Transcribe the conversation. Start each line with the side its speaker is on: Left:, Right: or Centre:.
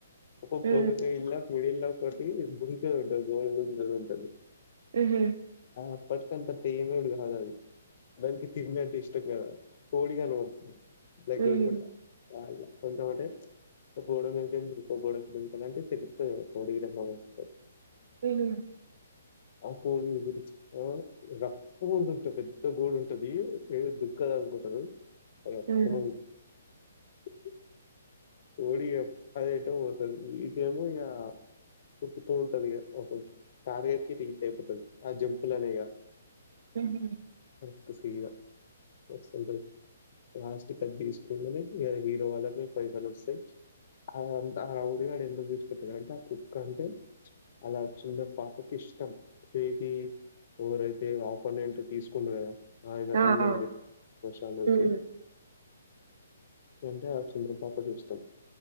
Left: ఒక <unintelligible>
Right: ఉమ్
Left: మెడిలైఫ్ కాటి దంక ఉంటది <unintelligible> ఉంటది
Right: ఉమ్
Left: అప్పటికంత ప్రేమ ఉడుగాదు కథ్ దానికి తిన్న జస్ట్ అట్లా కోడి కళ్ళు వడుతుంది <unintelligible>
Right: ఉహు
Left: <unintelligible>
Right: ఉహు
Left: ఆ కోడి గురించి ఆ రప్ప పెద్ద గోడు ఉంటది ఏ దుక్కద గ టు ఆ
Right: ఉమ్
Left: <unintelligible> రేడియో అది ఎటో పోతంది తెలీదా తిపుత ఉంటారు ఇగ <unintelligible> కార్ అడ్కి రీచ్ అయిపోడుతుంది ఆ జంపులనేగా
Right: ఉమ్
Left: ఏ తీసున్న <unintelligible> క్లాస్ కట్ తీసుకుంటనే హీరో వాళ్ళకి పైసల్ వస్తాయ్. ఆ ఆ రౌడి గాడు ఎందుకు ఇడిసిపెట్టిందు అంటే, ఆ కుక్క అంటే ఆ చిన్న పాపకి ఇష్టం ఏది ఎవరైతే ఆపోనెంట్ తీసుకున్నారో <unintelligible>
Right: ఆ ఆ
Left: మసాలా
Right: ఉమ్
Left: ఏసీ ఏంటి ఆ చిన్న పాపడి ఇష్టం